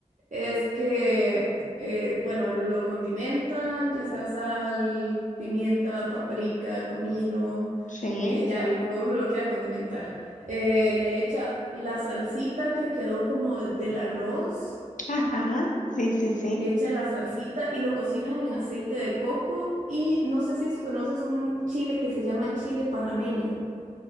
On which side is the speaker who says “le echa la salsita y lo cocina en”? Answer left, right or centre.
Right